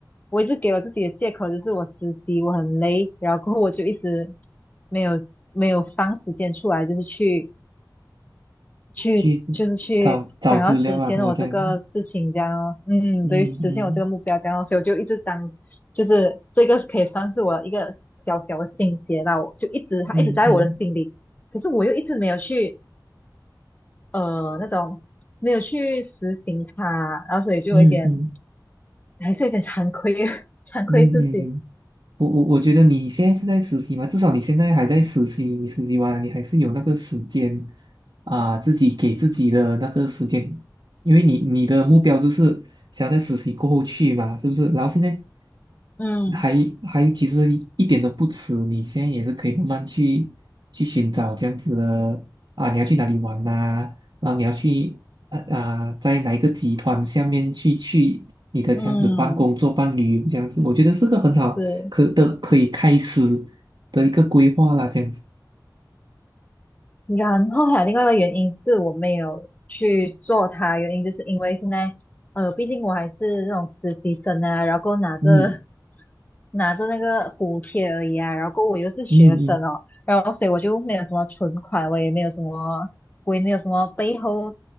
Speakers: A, on the left (about 20°); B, on the right (about 70°).
A: 我一直给我自己的借口就是我实习我很累，然后过后我就一直没有没有放时间出来，就是去去就是去想要实现我这个事情，
B: 去找找资料啊什么这样子。
A: 这样哦嗯，
B: 嗯嗯
A: 对，实现我这个目标，这样哦所以我就一直当，就是这个可以算是我一个小小的心结吧，我就一直它一直在我的心里，
B: 嗯嗯
A: 可是我又一直没有去呃那种没有去实行它，然后所以就有一点
B: 嗯嗯
A: 还是有点惭愧 <laughs> 惭愧自己，
B: 嗯嗯嗯，嗯我我我觉得你现在是在实习嘛，至少你现在还在实习，你实习完了你还是有那个时间啊，自己给自己的那个时间，因为你你的目标就是想要在实习过后去嘛，是不是？然后现在
A: 嗯
B: 还还其实一点都不迟，你现在也是可以慢慢去去寻找这样子的啊，你要去哪里玩呐、然后你要去啊啊、在哪一个集团下面去去你的这样子办工作、
A: 嗯
B: 办旅游这样子，我觉得是个很好可的可以开始
A: 是。
B: 的一个规划啦，这样子，
A: 然后还有另外一个原因是我没有去做它，原因就是因为现在，呃，毕竟我还是那种实习生啊，然后拿着
B: 嗯
A: <laughs> 拿着那个补贴而已啊，然后我又是学生哦，
B: 嗯嗯，
A: 然后所以我就没有什么存款，我也没有什么鬼没有什么背后，